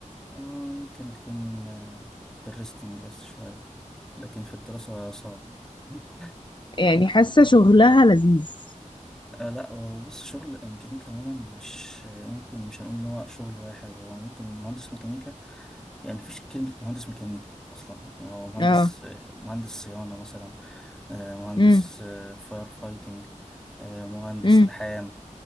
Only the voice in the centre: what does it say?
اه ممكن تكون آه، في الريستنج بس شوية لكن في الدراسة صعبة <laughs>
آه لا هو بص شغل ميكانيكا عموما مش ممكن مش هنقول ان هو شغل واحد هو ممكن مهندس ميكانيكا يعني مفيش كلمة مهندس ميكانيكا أصلا هو مهندس
مهندس صيانة مثلا آه، مهندس
فاير فايتنج مهندس
لحام